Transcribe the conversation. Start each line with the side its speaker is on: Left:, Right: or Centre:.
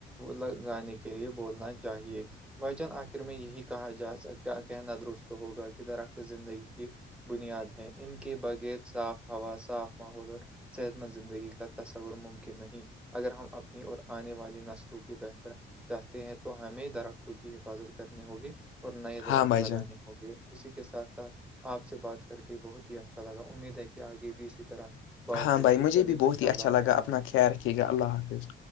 Centre: لگانے کے لیے بولنا چاہیے بھائی جان آخر میں یہی کہا جاک کہنا درست ہوگا کہ درخت زندگی کی بنیاد ہیں ان کے بغیر صاف ہوا صاف ماحول اور صحت مند زندگی کا تصور ممکن نہیں اگر ہم اپنی اور آنے والی نسلوں کی بہتر چاہتے ہیں تو ہمیں درختوں کی حفاظت کرنی ہوگی اور نئے درخت
Left: ہاں بھائی
Centre: لگانے
Left: جان
Centre: ہوگے اسی کے ساتھ ساتھ آپ سے بات کر کے بہت ہی اچھا لگا امید ہے کہ آگے بھی اس کی طرح <inaudible>
Left: ہاں بھائی مجھے
Centre: چلیے
Left: بھی
Centre: بیٹے
Left: بہت ہی
Centre: اللہ
Left: اچھا لگا
Centre: کے حوالے
Left: اپنا خیال رکھیے گا اللہ حافظ